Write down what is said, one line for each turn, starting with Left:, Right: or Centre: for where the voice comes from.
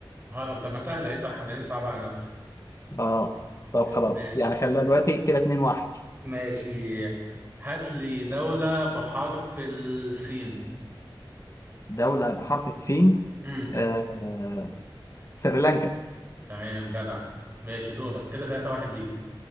Right: هرم طب ما سهله ايه صح انا ليه مصعبه على نفسي
Left: اه طب خلاص
Right: ماشي
Left: يعني خلينا دلوقتي كده 2 1
Right: ماشي هات لي دولة بحرف السين
Left: دولة بحرف السين
Right: امم
Left: آه سريلانكا
Right: تمام جدع ماشي دورك كده 3 واحد ليك